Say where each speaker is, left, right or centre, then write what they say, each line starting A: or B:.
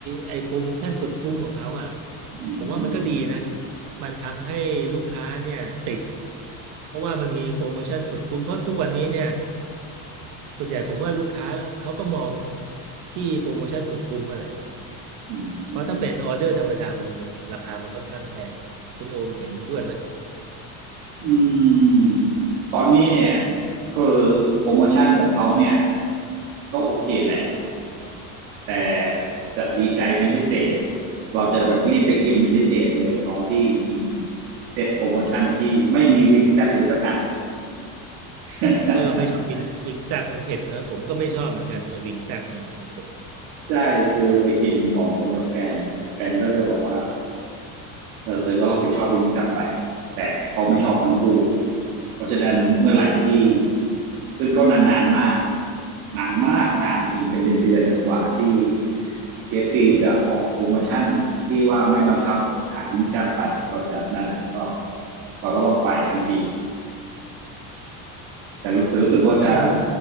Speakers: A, on the right; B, on the right.
A: ไอโปรโมชั่นสุดคุ้มของเขาอ่ะ
B: อืม
A: ผมว่ามันก็ดีนะมันทำให้ลูกค้าเนี่ยติดเพราะว่ามันมีโปรโมชั่นสุดคุ้มเพราะทุกวันนี้เนี่ยส่วนใหญ่ผมว่าลูกค้าเขาก็มองที่โปรโมชั่นสุดคุ้มมาแหละ
B: อื
A: เพราะถ้าเป็นออเดอร์ธรรมดามันราคามันค่อนข้างแพง
B: ม
A: คุณโอมเห็นด้วยไหม
B: อืมตอนนี้เนี่ยคือโปรโมชั่นของเขาเนี่ยก็โอเคแหละแต่จะดีใจเป็นพิเศษเราจะแบบรีบไปกินเป็นพิเศษเลยตอนที่มีเซตโปรโมชั่นที่ไม่มีวิงแซตเลยสักอัน <laughs>
A: เพราะเราไม่ชอบวิงวิงแซบมันเผ็ดเนอะผมก็ไม่ชอบเหมือนกันไอ้วิงแซบเนี่ยมันเผ็ด
B: ใช่คือไปกินสองคนกับแฟนแฟนก็จะบอกว่า เออเธอก็รับผิดชอบวิ่งแซบไปแต่ก็ไม่ชอบทั้งคู่เพราะฉะนั้นเมื่อไหร่ที่ซึ่งก็นานๆมากนานมากนานจริงๆเป็นเดือนๆกว่าที่ KFC จะออกโปรโมชั่นที่ว่าไม่บังคับขายวิ่งแซบไปก็จะนั่นแหละก็เราก็ต้องไปทันทีแต่รู้แต่รู้สึกว่าจะ
A: ที่ผม